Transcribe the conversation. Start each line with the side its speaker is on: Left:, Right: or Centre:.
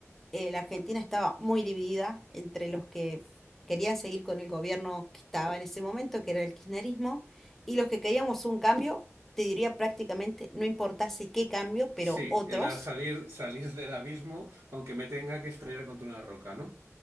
Centre: eh, la Argentina estaba muy dividida entre los que querían seguir con el gobierno que estaba en ese momento, que era el kirchnerismo, y los que queríamos un cambio, te diría prácticamente, no importase qué cambio, pero
Right: Sí,
Centre: otros.
Right: era salir, salir del abismo, aunque me tenga que estrellar contra una roca, ¿no?